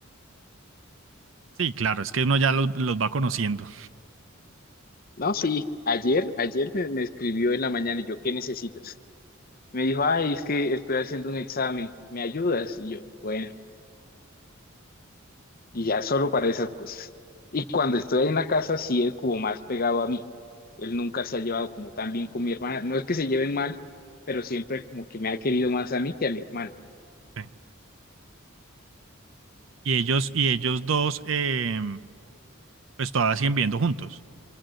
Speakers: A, on the right; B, on the left.
A: Sí, claro, es que uno ya los, los va conociendo.
B: No, sí, ayer, ayer me, me escribió en la mañana y yo, ¿qué necesitas? Me dijo, ay, es que estoy haciendo un examen, ¿me ayudas? Y yo, bueno, y ya solo para esas cosas. Y cuando estoy ahí en la casa, sí es como más pegado a mí. Él nunca se ha llevado como tan bien con mi hermana. No es que se lleven mal, pero siempre como que me ha querido más a mí que a mi hermana.
A: Sí. Y ellos, y ellos dos, eh, pues todavía siguen viviendo juntos.